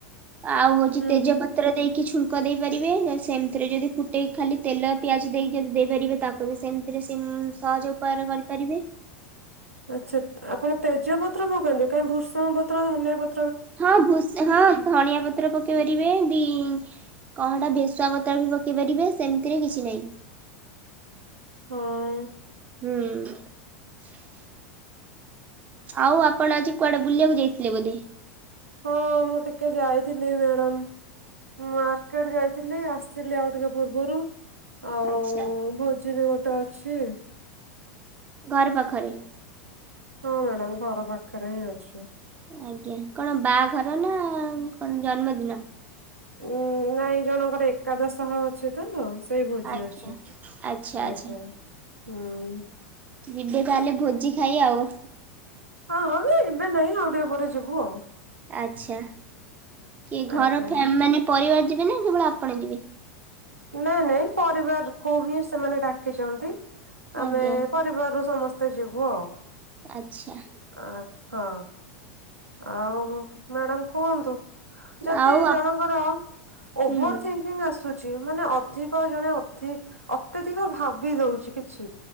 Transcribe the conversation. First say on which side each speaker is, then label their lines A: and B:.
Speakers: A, on the right; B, on the right.
A: ଆଉ ହଉଛି
B: ହୁଁ।
A: ତେଜପତ୍ର ଦେଇକି ଛୁଙ୍କ୍ ଙ୍କ ଦେଇ ପାରିବେ ସେମତିରେ ଯଦି ଫୁଟେଇକି ଖାଲି ତେଲ ପିଆଜ ଦେଇକି ଯଦି ଦେଇ ପାରିବେ ତାକୁ ବି ସେମତିରେ ସେମ୍ ସହଜ ଉପାୟରେ କରିପାରିବେ।
B: ଆଚ୍ଛା। ଆପଣ ତେଜପତ୍ର ପକାନ୍ତି କାହିଁ ଭୃସଙ୍ଗ ପତ୍ର ଧନିଆ ପତ୍
A: ହଁ ଭୁସ୍ ହଁ ଧଣିଆ ପତ୍ର ପକେଇ ପାରିବେ। ବି କଣ ହେଇଟା ଭେସୁଆ ବତର ବି ପକେଇ ପାରିବେ ସେମତିରେ କିଛି ନାହିଁ।
B: ହଁ।
A: ହୁଁ। ଆଉ ଆପଣ ଆଜି କୁଆଡେ ବୁଲିବାକୁ ଯାଇଥିଲେ ବୋଧେ?
B: ହଁ ମୁଁ ଟିକେ ଯାଇଥିଲି ମ୍ୟାଡ଼ମ। ମାର୍କେଟ ଯାଇଥିଲି ଆସିଥିଲି ଆଉ ଟିକେ ପୂର୍ବରୁ। ଆଉ
A: ଆଚ୍ଛା
B: ଭୋଜି ବି ଗୋଟେ ଅଛି।
A: ଘର ପାଖରେ?
B: ହଁ ମ୍ୟାଡମ ଘର ପାଖରେ ହିଁ ଅଛି।
A: ଆଜ୍ଞା। କଣ ବାଘର ନା କଣ୍ ଜନ୍ମଦିନ?
B: ଉୁଁ ନାଇଁ ଜଣଙ୍କର ଏକ୍ ଏକାଦଶଃ ଅଛି ତ ସେଇ ଭୋଜି
A: ଆଜ୍ଞା
B: ଅଛି।
A: ଆଚ୍ଛା ଆଚ୍ଛା
B: ଆଜ୍ଞା। ହୁଁ।
A: ଯିବେ ତାହେଲେ ଭୋଜି ଖାଇ ଆଉ।
B: ହଁ ହଁ ଏବେ ନାହିଁ ଆଉ ଦେହ ପରେ ଯିବୁ ଆଉ।
A: ଆଛା କି ଘର
B: ଆଜ୍ଞା
A: ମାନେ ପରିବାର ଯିବେ ନା କେବଳ ଆପଣ ଯିବେ।
B: ନାଇଁ ନାଇଁ ପରିବାର କ ହିଁ ସେମାନେ ଡାକିଛନ୍ତି। ଆମେ
A: ଆଜ୍ଞା
B: ପରିବାରରୁ ସମସ୍ତ ସମସ୍ତେ ଯିବୁ ଆଉ।
A: ଆଚ୍ଛା।
B: ଆ ହଁ ଆଉ ମ୍ୟାଡ଼ାମ କୁହନ୍ତୁ। ଯତେ
A: ଆଉ
B: ଜଣଙ୍କର
A: ଆପ
B: ଓଭର
A: ହୁଁ
B: ଙ୍କିଙ୍ଗ ଆସୁଛି। ମାନେ ଅଧିକ ଜଣେ ଅଧିକ ଅତ୍ୟଧିକ ଭାବି ଦଉଛି କିଛି।